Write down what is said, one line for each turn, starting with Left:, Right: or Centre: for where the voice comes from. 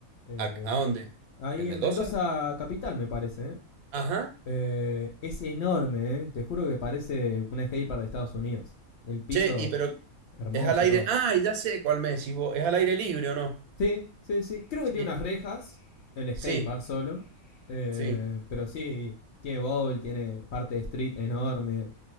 Left: Eh,
Right: ¿A, a dónde?
Left: ahí
Right: ¿En Mendoza?
Left: en Mendoza Capital, me parece. ¿eh?
Right: Ajá.
Left: Eh, es enorme, ¿eh? te juro que parece un skatepark de Estados Unidos. El piso
Right: Che, y pero
Left: hermoso,
Right: es al aire.
Left: todo.
Right: Ah, ya sé cuál me decís vos. ¿Es al aire libre o no?
Left: Sí, sí, sí. Creo
Right: Sí,
Left: que tiene unas rejas, el
Right: sí,
Left: skatepark solo. Eh,
Right: sí,
Left: pero sí, tiene bowl, tiene parte de street enorme.